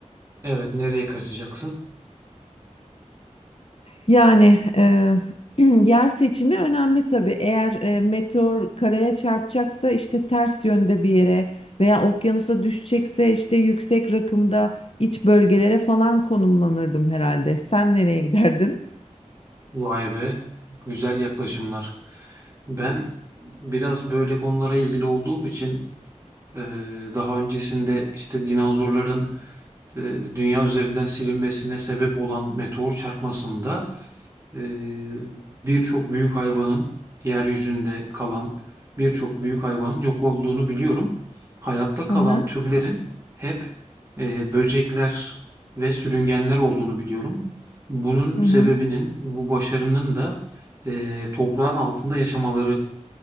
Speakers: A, on the right; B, on the left.
A: Evet, nereye kaçacaksın?
B: Yani eee, <clears throat> yer seçimi önemli tabii. Eğer eee, meteor karaya çarpacaksa işte ters yönde bir yere veya okyanusa düşecekse işte yüksek rakımda iç bölgelere falan konumlanırdım herhalde. Sen nereye giderdin?
A: Vay be, güzel yaklaşımlar. Ben biraz böyle konulara ilgili olduğum için eee, daha öncesinde işte dinozorların e, dünya üzerinden silinmesine sebep olan meteor çarpmasında e, birçok büyük hayvanın yeryüzünde kalan birçok büyük hayvanın yok olduğunu biliyorum. Hayatta kalan
B: Hı hı.
A: türlerin hep e, böcekler ve sürüngenler olduğunu biliyorum. Bunun
B: Hı
A: sebebinin,
B: hı.
A: bu başarının da e, toprağın altında yaşamaları